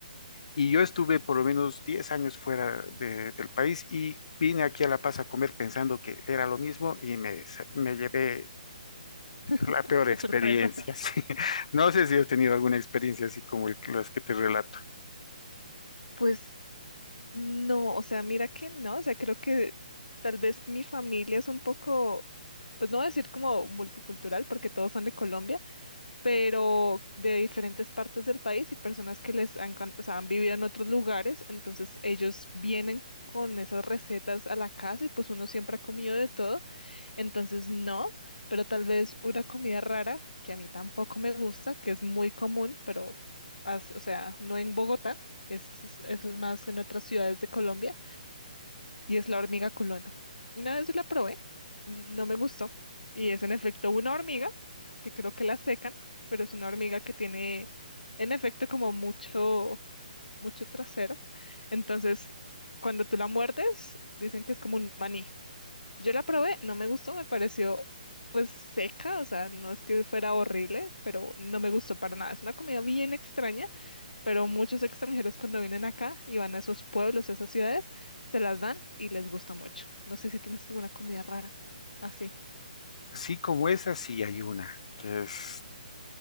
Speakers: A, on the left; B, on the left.
A: Y yo estuve por lo menos 10 años fuera de- del país y vine aquí a La Paz a comer pensando que era lo mismo y me, sa- me llevé la
B: <laughs>
A: peor
B: Una
A: experiencia.
B: sorpresa.
A: <laughs> sí. No sé si has tenido alguna experiencia así como el- las que te relato.
B: Pues no, o sea, mira que no, o sea, creo que tal vez mi familia es un poco, pues no voy a decir como multicultural, porque todos son de Colombia. pero de diferentes partes del país y personas que les han, can- o sea, han vivido en otros lugares, entonces ellos vienen con esas recetas a la casa y pues uno siempre ha comido de todo, entonces no, pero tal vez una comida rara que a mí tampoco me gusta, que es muy común, pero, as- o sea, no en Bogotá, eso es, eso es más en otras ciudades de Colombia y es la hormiga culona. Una vez la probé, no me gustó y es en efecto una hormiga que creo que la secan, pero es una hormiga que tiene en efecto como mucho, mucho trasero. Entonces, cuando tú la muerdes, dicen que es como un maní. Yo la probé, no me gustó, me pareció pues seca, o sea, no es que fuera horrible, pero no me gustó para nada. Es una comida bien extraña pero muchos extranjeros cuando vienen acá y van a esos pueblos, a esas ciudades, se las dan y les gusta mucho. No sé si tienes alguna comida rara así.
A: Así como esa, sí hay una, que es